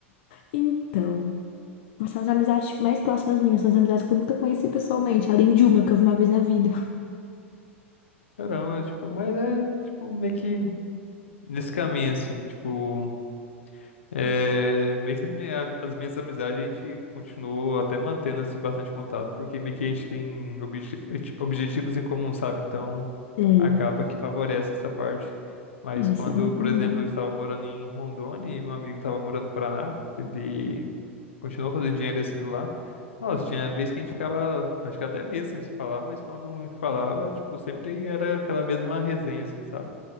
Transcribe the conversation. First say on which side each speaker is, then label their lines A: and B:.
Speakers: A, on the left; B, on the left.
A: Então, mas são as amizades tipo, mais próximas minhas, são as amizades que eu nunca conheci pessoalmente, além de uma que eu vi uma vez na vida.
B: Caramba, tipo, mas é, tipo, meio que nesse caminho, assim, tipo, é, meio que as minha- as minhas amizades a gente continuou até mantendo, assim, bastante contato, porque meio que a gente tem obje- objetivos em comum, sabe? Então,
A: Sei.
B: acaba que favorece essa parte. Mas
A: Ah,
B: quando,
A: isso é muito
B: por
A: bom.
B: exemplo, eu estava morando em Rondônia e meu amigo estava morando no Paraná, ele continuou fazendo engenharia civil lá. Nossa, tinha vez que a gente ficava, acho que até meses sem se falar, mas quando a gente falava, tipo, sempre era aquela mesma resenha, assim, sabe?